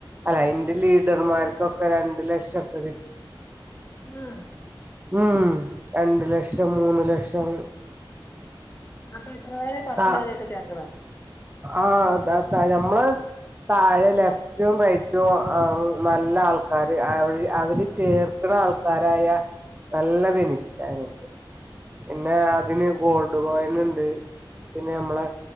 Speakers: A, on the right; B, on the left.
A: അല്ല അ ലീഡർമാർക്കൊക്കെ രണ്ട് ലക്ഷംഒക്കെ കി
B: ഉം
A: ഉം രണ്ട് ലക്ഷം മൂന്ന് ലക്ഷം
B: അപ്പൊ എത്ര പേരാ പത്ത്
A: ത
B: പേരഒക്കെ ചേർക്കണോ
A: ആഹ് അതാക്കാര ഞമ്മ്ള് താഴെലെ ഏറ്റോം പയറ്റോം അഹ് നല്ല ആൾക്കാര് അവര് അവര് ചേർക്കണ ആൾക്കാരായ നല്ല ബെനിഫിറ്റാ ഞങ്ങക്ക് പിന്നെ അതിന് ഗോൾഡ് കോയിൻ ഉണ്ട് പിന്നെ നമ്മളെ